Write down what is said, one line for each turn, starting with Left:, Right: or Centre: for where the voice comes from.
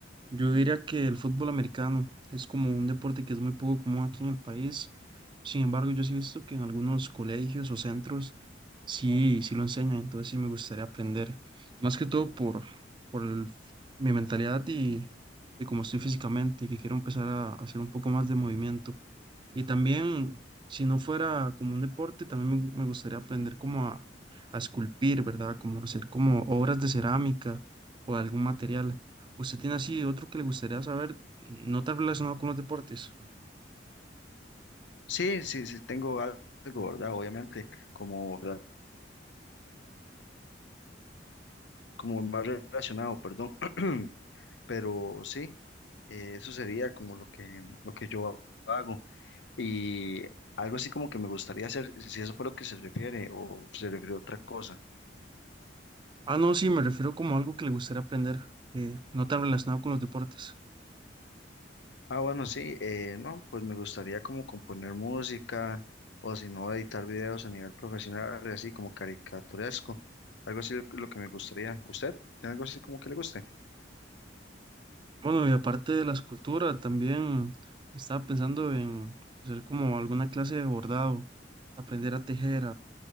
Right: yo diría que el fútbol americano es como un deporte que es muy poco común aquí en el país. Sin embargo, yo sí he visto que en algunos colegios o centros sí, sí lo enseñan, entonces sí me gustaría aprender. Más que todo por, por el- mi mentalidad y, y cómo estoy físicamente, que quiero empezar a hacer un poco más de movimiento. Y también, si no fuera como un deporte, también me, me gustaría aprender como a, a esculpir, ¿verdad? Como hacer como obras de cerámica o algún material. ¿Usted tiene así otro que le gustaría saber, no tan relacionado con los deportes?
Left: Sí, sí, sí, tengo al- algo, ¿verdad? Obviamente, como, ra- como más relacionado, perdón, <clears throat> pero sí, eh, eso sería como lo que, lo que yo hago. Y algo así como que me gustaría hacer, si eso fue lo que se refiere o se refiere a otra cosa.
Right: Ah, no, sí, me refiero como a algo que le gustaría aprender, eh, no tan relacionado con los deportes.
Left: Ah, bueno, sí, eh, no, pues me gustaría como componer música o si no, editar videos a nivel profesional, así como caricaturesco. Algo así lo, lo que me gustaría. ¿Usted tiene algo así como que le guste?
Right: Bueno, y aparte de la escultura, también estaba pensando en hacer como alguna clase de bordado, aprender a tejer,